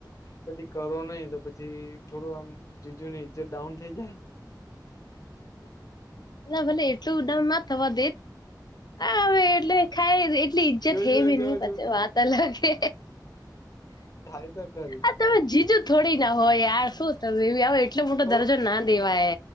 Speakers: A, on the left; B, on the left.
A: પછી કરો નહી તો પછી થોડું આમ જીજુ ની ઈજ્જત ડાઉન થઈ જાય
B: ભલે એટલું ઉડાઉણ ના થવા દે હા હવે એટલે ખાઈ એટલી ઈજ્જત
A: જો
B: હે
A: જો
B: બી
A: જો
B: નઈ પછી
A: જો
B: વાત ત લ કે
A: થાય તો કર
B: હા તમે જીજો થોડી ના હોય યાર શું તમે એવી આવે એટલો મોટો દરજો
A: ઓકે
B: ના દેવાય